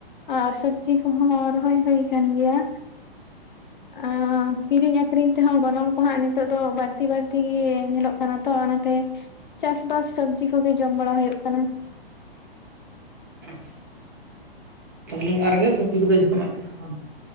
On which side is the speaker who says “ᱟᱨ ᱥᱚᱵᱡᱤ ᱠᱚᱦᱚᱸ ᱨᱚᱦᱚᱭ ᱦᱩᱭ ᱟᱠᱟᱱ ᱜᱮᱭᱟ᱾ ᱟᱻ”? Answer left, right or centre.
Left